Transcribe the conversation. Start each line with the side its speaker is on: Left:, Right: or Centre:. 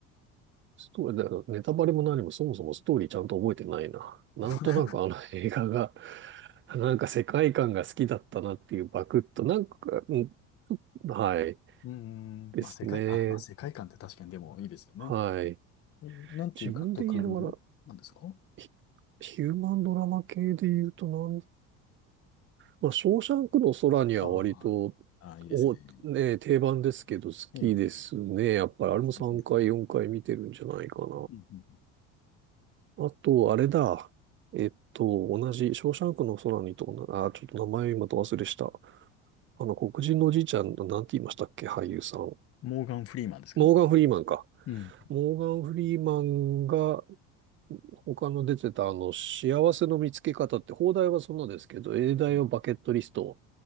Right: ストーリー、だからネタバレも何もそもそもストーリーちゃんと覚えてないな。なんとなくあの映画が、
Left: <laughs>
Right: なんか世界観が好きだったなっていうバクッと、なんか、うん、はい。
Left: うーん、
Right: ですね。
Left: まあ、世界、あ、まあ、世界観って確かにでもいいですよね。
Right: はい。
Left: えーなんていう監督なんですか
Right: 自分的にだからヒ、ヒューマンドラマ系で言うとなんか、まあ、ショーシャンクの空には割と、
Left: ああ、ああ、いいですね。
Right: お、ね、定番ですけど好きですね。
Left: ええ
Right: やっぱりあれも3回、
Left: うんうんうん
Right: 4回見てるんじゃないかな。
Left: うんうん
Right: あと、あれだ。えっと、同じ、ショーシャンクの空にと同じ、あ、ちょっと名前今と忘れした。あの、黒人のおじいちゃん、なんて言いましたっけ、俳優さん。モ
Left: モーガン・フリーマンですか
Right: ーガン・フリーマンか。
Left: うん。
Right: モーガン・フリーマンが他の出てたあの、幸せの見つけ方って、邦題はそんなですけど、英題はバケットリスト
Left: ええ